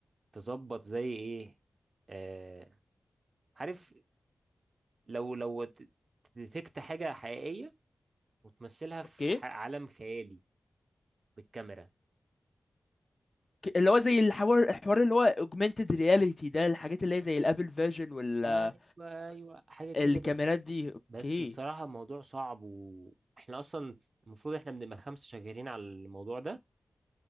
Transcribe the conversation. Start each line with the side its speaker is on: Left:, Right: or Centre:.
Right: تظبط زي ايه آه، عارف لو لو ت- ديتكت حاجة حقيقية وتمثلها في
Left: اوكي
Right: ح- عالم خيالي بالكاميرا
Left: ك- اللي هو زي الحوار الحوار اللي هو augmented reality ده الحاجات اللي هي زي الابل فيجن والحوار
Right: ايوه ايوه حاجة كده
Left: الكاميرات
Right: بس
Left: دي اوكي
Right: بس الصراحة الموضوع صعب واحنا اصلا المفروض احنا بنبقى خمسة شغالين على الموضوع ده